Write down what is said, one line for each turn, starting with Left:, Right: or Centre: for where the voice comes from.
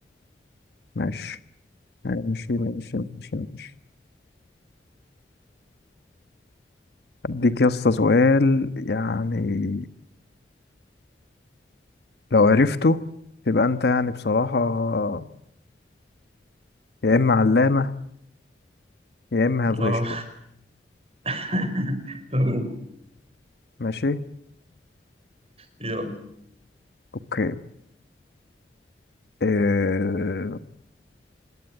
Left: ماشي ماشي ماشي ماشي ماشي اديك يا اسطى سؤال يعني لو عرفته تبقى انت يعني بصراحة يا اما علامة يا اما هتغشه
Right: اه <laughs> طب قول.
Left: ماشي
Right: يلا
Left: اوكي اه...